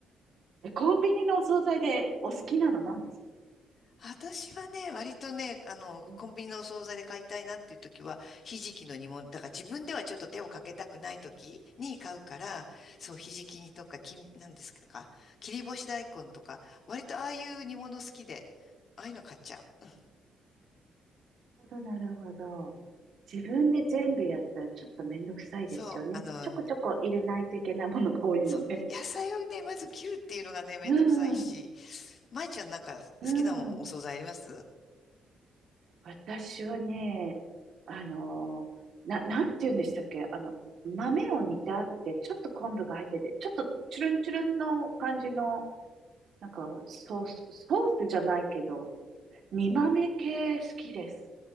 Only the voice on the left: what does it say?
私はね、割とね、あの、
コンビニのお惣菜で買いたいなっていう時は、ひじきの煮物、だから自分ではちょっと手をかけたくない時に買うから、そう、ひじき煮とか、きん、なんですか、切り干し大根とか、割とああいう煮物好きで、ああいうの買っちゃう。
そう、あの、
そう、野菜をね、まず切るっていうのがね、めんどくさいし、
まいちゃんなんか好きなもんお惣菜あります